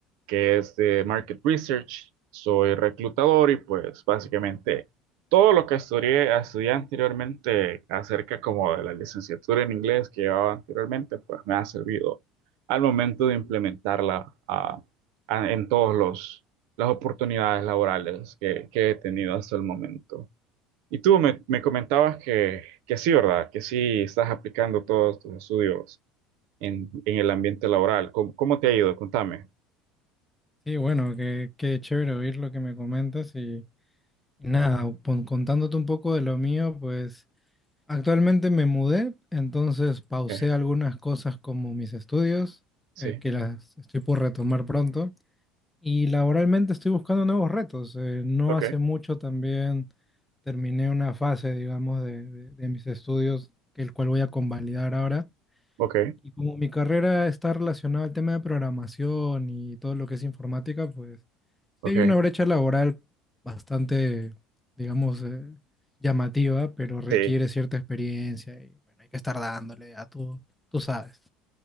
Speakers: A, on the right; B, in the centre.
A: que es de market research. Soy reclutador y pues básicamente todo lo que estudié, estudié anteriormente acerca como de la licenciatura en inglés que llevaba anteriormente, pues me ha servido al momento de implementarla ah, a- en todos los las oportunidades laborales que, que he tenido hasta el momento. Y tú me, me comentabas que, que sí, ¿verdad? Que sí estás aplicando todos tus estudios en, en el ambiente laboral. ¿Cómo, cómo te ha ido? Contame.
B: Sí, bueno, qué, qué chévere oír lo que me comentas y, y nada, pon- contándote un poco de lo mío, pues actualmente me mudé, entonces pausé
A: Ok,
B: algunas cosas como mis estudios,
A: Sí,
B: eh, que las estoy por retomar pronto. Y laboralmente estoy buscando nuevos retos. Eh, no
A: ok,
B: hace mucho también terminé una fase, digamos, de, de- de mis estudios, que el cual voy a convalidar ahora.
A: ok,
B: Y como mi carrera está relacionada al tema de programación y todo lo que es informática, pues
A: ok.
B: sí hay una brecha laboral bastante, digamos, eh, llamativa, pero requiere
A: Sí,
B: cierta experiencia y bueno, hay que estar dándole a tú, tú sabes,